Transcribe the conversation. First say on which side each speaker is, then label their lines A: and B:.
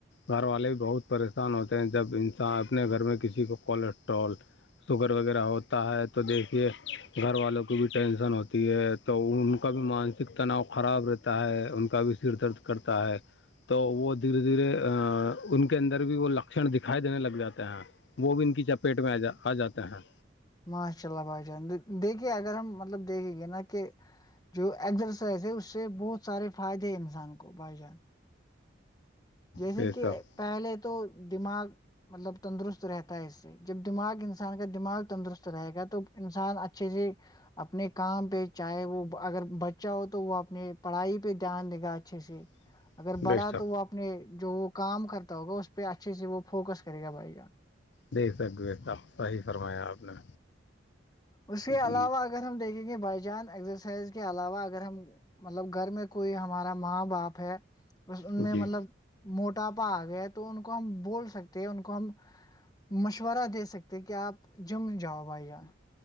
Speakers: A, on the left (about 70°); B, on the left (about 20°).
A: گھر والے بہت پریشان ہوتے ہیں جب انسان اپنے گھر میں کسی کو کولیسٹرول شوگر وغیرہ ہو تو تح تو دیکھیے گھر والوں کی بھی ٹینشن ہوتی ہے تو ان کا بھی مانسک تناؤ خراب رہتا تا ہے ان کا بھی سر درد کرتا ہے تو وہ دھیرے دھیرے ان کے اندر بھی وہ لکھن دکھائی دینے لگ جاتے ہیں وہ بھی ان کی چپیٹ میں آ جاتے ہیں
B: ماشاء اللہ بھائی جان دیکھیے اگر ہم مطلب دیکھیں گے نا کہ جو ایزرسائز ہے اس سے بہت سارے فائدے ہے انسان کو بھائی جان جیسے
A: بے شک
B: کہ پہلے تو دماغ مطلب تندرست رہتا ہے اس سے جب دماغ انسان کا دماغ تندرست رہے گا تو انسان اچھے سے اپنے کام پہ چاہے وہ اگر بچہ ہو تو وہ اپنی پڑھائی پہ دھیان دے گا اچھے سے
A: <inaudible>
B: اگر بڑا
A: شک
B: تو وہ اپنے جو وہ کام کرتا ہوگا اس پہ اچھے سے وہ فوکس کرے گا بھائی جار
A: دے سکوے س صحیح فرمایا آپ نے
B: اس کے
A: جی
B: علاوہ اگر ہم دیکھیں گے بائی جان ایکزرسائز کے علاوہ اگر ہم مطلب گھر میں کوئی ہمارا ماں باپ ہے بس ان
A: جی
B: میں مطلب موٹاپا آ گیا تو ان کو ہم بول سکتے ہیں ان کو ہم مشورہ دے سکتے کہ آپ جم جاؤ بھائی جان